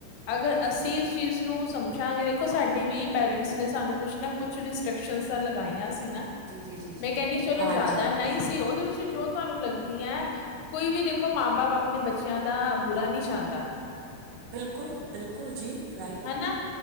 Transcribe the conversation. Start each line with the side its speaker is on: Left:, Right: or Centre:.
Left: ਅਗਰ, ਅਸੀਂ ਉਸ ਚੀਜ਼ ਨੂੰ ਸਮਝਾਂਗੇ। ਦੇਖੋ ਸਾਡੇ ਵੀ ਪੇਰੈਂਟਸ ਨੇ ਸਾਨੂੰ ਕੁਛ ਨਾ ਕੁਛ ਰਿਸਟਰਕ ਸ਼ੰਸਾ ਲਗਾਈਆਂ ਸੀ। ਨਾ
Right: ਜੀ ਜੀ ਜੀ ਜੀ
Left: ਮੈਂ
Right: ਜੀ
Left: ਕਹਿੰਦੀ ਚਲੋ
Right: ਹਾਂਜੀ
Left: ਜ਼ਿਆਦਾ ਨਹੀਂ ਸੀ। ਉਹਦੇ ਵਿੱਚ ਜੋ ਤੁਹਾਨੂੰ ਲੱਗਦੀ ਹੈ। ਕੋਈ ਵੀ ਦੇਖੋ, ਮਾਂ ਬਾਪ ਆਪਣੇ ਬੱਚਿਆਂ ਦਾ ਬੁਰਾ ਨਹੀਂ ਛਾਂਦਾ।
Right: ਬਿਲਕੁਲ ਬਿਲਕੁਲ! ਜੀ ਰਾਈਟ
Left: ਹਨਾ।